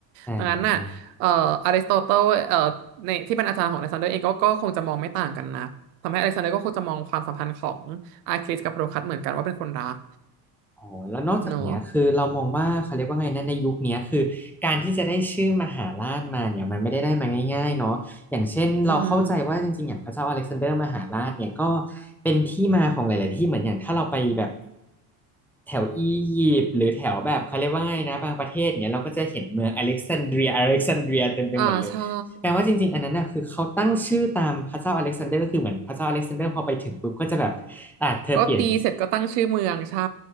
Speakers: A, in the centre; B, on the right.
A: อ่า
B: ดังนั้นน่ะ เอ่ออริสโตเติลเอ่อในที่เป็นอาจารย์ของอเล็กซานเดอร์เองก็ก็คงจะมองไม่ต่างกันนะทำให้อเล็กซานเดอร์ก็คงจะมองความสัมพันธ์ของอาคลิสกับโพโดคัสเหมือนกันว่าเป็นคนรัก
A: โอ้แล้วนอกจากเนี้ยคือเรามองว่าเขาเรียกว่าไงนะในยุคเนี้ยคือการที่จะได้ชื่อมหาราชมาเนี่ยมันไม่ได้ได้มาง่ายๆเนาะอย่างเช่นเราเข้าใจว่าจริงๆอย่างพระเจ้าอเล็กซานเดอร์มหาราชเนี่ยก็
B: เนอะอืม
A: เป็นที่มาของหลายๆที่เหมือนอย่างถ้าเราไปแบบแถวอียิปต์หรือแถวแบบเขาเรียกว่าไงนะบางประเทศเนี่ยเราก็จะเห็นเมืองอเล็กซานเดรียอเล็กซานเดรียเต็มไปหมดเลยแปลว่าจริงๆอันนั้นน่ะคือเขาตั้งชื่อตามพระเจ้าอเล็กซานเดอร์ก็คือเหมือนพระเจ้าอเล็กซานเดอร์พอไปถึงปุ๊บก็จะแบบ
B: อ่าใช่
A: อ่ะเธอเปลี่ยน
B: ก็ตีเสร็จก็ตั้งชื่อเมืองใช่